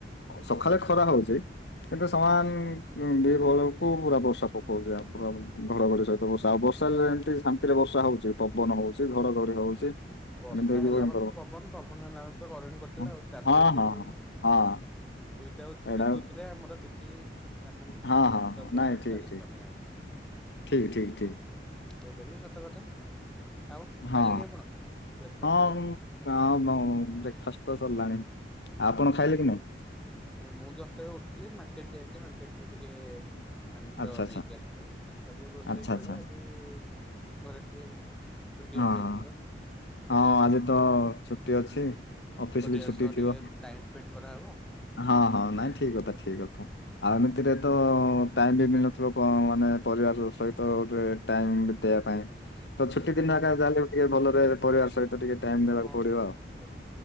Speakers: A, on the left; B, in the centre.
A: ସକାଳେ ଖରା ହଉଚି
B: ହୁଁ।
A: ଦ ବଳକୁ ପୁରା ବର୍ଷା ପକଉଛି ଆ ଘଡଘଡି ସହିତ ବର୍ଷା ଆଉ ବର୍ଷା ହେଲେ ଏମିତି ଶାନ୍ତିରେ ବର୍ଷା ହଉଛି ପବନ ହଉଛି ଘଡଘଡି ହଉଛି
B: ବର୍ଷା
A: ଏମିତି ହେଇକି
B: ହେଲା
A: ଭୟଙ୍କର
B: ମାତ୍ର ପବନ ପବନ ହେଲା ମାତ୍ର କରେଣ୍ଟ କଟିଲା
A: ହଁ
B: ଆଉ ତାର
A: ହଁ
B: ତ ଗୋଟିଏ
A: ହଁ
B: ପ୍ରୋବଲେମ୍
A: ହଁ ହଁ।
B: ୱିଠଆଉଟ
A: ଏଇଟା
B: ବିଦ୍ୟୁତ ରେ ଆମର କିଛି ଏମ ନିତ
A: ହଁ ହଁ ହଁ
B: ଦ
A: ନାଇଁ ଠିକ
B: ଚାଲି
A: ଠିକ
B: ପାରୁନା ଏମ
A: ଠିକ ଠିକ ଠିକ
B: ସେଇଟା ବି ସତ କଥା ଆଉ
A: ହଁ
B: ଖାଇଲେଣି ଆପଣ? ବ୍ରେକଫାଷ୍ଟ
A: ହଁ
B: ସରିଲାଣି
A: ହ ବ୍ରେକଫାଷ୍ଟ ତ ସରିଲାଣି ଆପଣ ଖାଇଲେ କି ନାହିଁ?
B: ନାଇଁ ମୁଁ ଦଶଟା ବେଳେ ଉଠିଲି ମାର୍କେଟ ଯାଇଥିଲି ମାର୍କେଟ ରୁ ଟିକେ ଆମିଷ
A: ଆଚ୍ଛା
B: ନେଇକି ଆସଛୁ ତାକୁ
A: ଆଚ୍ଛା
B: ରୋଷେଇ
A: ଆଚ୍ଛା
B: କଲେ
A: ଆଚ୍ଛା
B: ଆଜି ଘରେ ଟିକେ ଛୁଟି
A: ହଁ
B: ଅଛି ଆଜି
A: ହ
B: ମୋର ତ ଟିକେ
A: ହଁ ଆଜି ତ
B: ଘର
A: ଛୁଟି ଅଛି। ଅଫିସ
B: ପରିବାର
A: ବି ଛୁଟି
B: ସହ
A: ଥିବ
B: ଟିକେ ଟାଇମ ସ୍ପେଣ୍ଡ କରାହେବ।
A: ହଁ ହଁ ନାଇଁ ଠିକ କଥା ଠିକ କଥା। ଆଉ ଏମିତିରେ ତ ଟାଇମ ବି ମିଳୁନଥିବ ମାନେ ପରିବାର ସହିତ ଗୋଟେ ଟାଇମ ବିତେଇବା ପାଇଁ ତ
B: ଆଜ୍ଞା
A: ଛୁଟି ଦିନ ଆଗାଲେ ଟିକେ ଭଲ ରହିବେ ପରିବାର ସହିତ ଟିକେ ଟାଇମ ଦେବାକୁ
B: ହଁ
A: ପଡିବ
B: ସେଠକି ଟାଇମବାକୁ